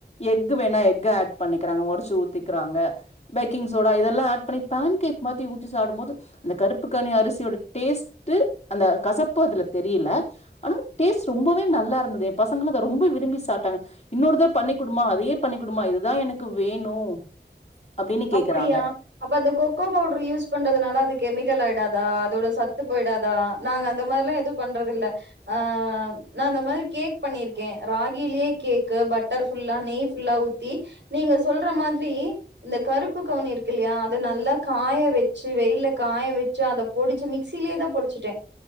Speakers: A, on the left (about 35°); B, on the right (about 80°).
A: எக்கு வேணா எக்கு ஆட் பண்ணிக்கிறாங்க ஒடச்சு ஊத்திக்கிறாங்க பேக்கிங் சோடா இதெல்லா ஆட் பண்ணி போன் கேக் மாரி ஊற்றி சாப்பிடு போது அந்த கருப்பு கவுனி அரிசியோட டேஸ்ட்டு அந்த கசப்பு அதுல தெரியல ஆனா டேஸ்ட் ரொம்பவே நல்லா இருந்தது ஏ பசங்களு அத ரொம்ப விரும்பி சாப்பிட்டாங்க இன்னொரு தடவ பண்ணி குடுமா அதையே பண்ணி குடுமா இதுதா எனக்கு வேணு அப்டின்னு
B: அப்பிடியா
A: கேக்குறாங்க
B: அப்ப அந்த கொக்கோ பவுடர் யூஸ் பண்றதுனால அது கெமிக்கல் ஆயிடாதா அதோட சத்து போயிடாதா நாங்க அந்த மாரிலா எதுவு பண்றதில்ல ஆ நா அந்தந்த மாரி கேக் பண்ணிருக்கே ராகிலயே கேக்கு பட்டர் ஃபுல்லா நெய் ஃபுல்லா ஊத்தி நீங்க சொல்ற மாதிரி இந்த கருப்பு கவுனி இருக்குல்லயா அத நல்லா காய வெச்சு வெயில காய வெச்சு அத பொடிச்ச மிக்சிலயே தான பொடிச்சுட்டே